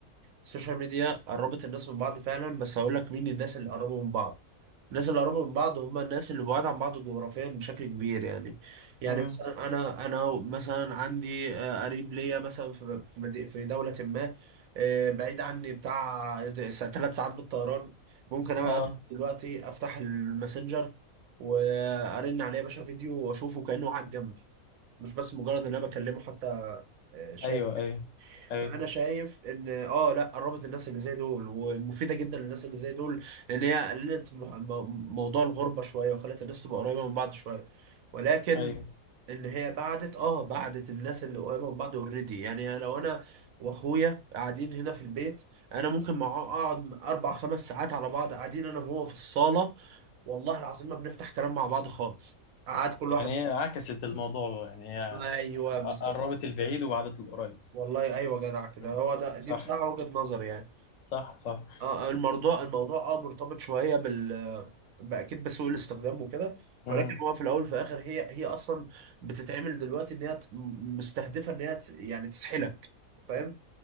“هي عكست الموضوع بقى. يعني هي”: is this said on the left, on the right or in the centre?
Left